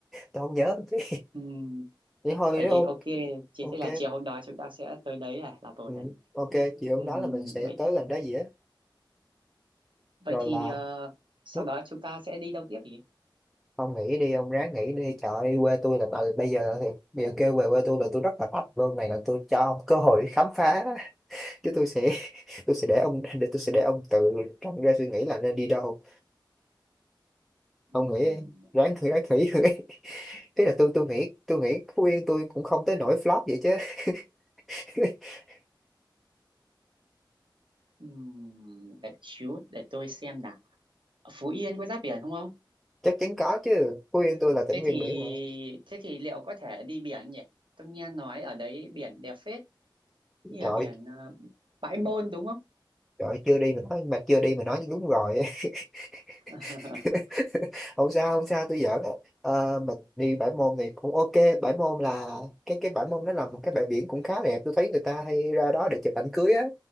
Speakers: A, in the centre; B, on the right.
A: tôi không nhớ <laughs> chứ
B: ừm,
A: vậy thôi
B: vậy
A: nếu
B: thì
A: ok
B: ok chỉ
A: ok
B: thế là chiều hôm đó chúng ta sẽ tới đấy này là một
A: ừ.
B: này
A: ok chiều
B: Ừm,
A: hôm đó là mình sẽ
B: vậy
A: tới gần đó gì á
B: vậy
A: rồi
B: thì
A: là
B: ờ, sau
A: lúc
B: đó chúng ta sẽ đi đâu tiếp nhỉ
A: ông nghỉ đi ông ráng nghỉ đi trời ơi, quê tôi là là- bây giờ thì bây giờ kêu về quê tôi là tôi rất là thích luôn này là tôi cho ông cơ hội khám phá <laughs> chứ tôi sẽ <laughs> tôi sẽ để ông để tôi sẽ để ông tự trong ra suy nghĩ là nên đi đâu ông
B: Ừm,
A: nghĩ ráng thử ráng nghĩ <laughs> Thế là tôi tôi nghĩ tôi nghĩ Phú Yên tôi cũng không tới nỗi flop vậy chứ <laughs>
B: ừm, Để xíu để tôi xem nào. Ở Phú Yên có giáp biển không không?
A: chắc chắn có chứ Phú Yên tôi là tỉnh
B: Thế
A: ven
B: thì
A: biển mà
B: thế thì liệu có thể đi biển nhỉ? Tôi nghe nói ở đấy biển đẹp phết, như
A: trời
B: là biển ờ, Bãi Môn đúng không?
A: trời chưa đi mà nói mà chưa đi mà nói như đúng rồi <laughs>
B: <laughs>
A: <laughs> không sao không sao tôi giỡn á. Ờ, mình đi bãi môn thì cũng ok bãi môn là cái cái bãi môn đó là một cái bãi biển cũng khá đẹp tôi thấy người ta hay ra đó để chụp ảnh cưới á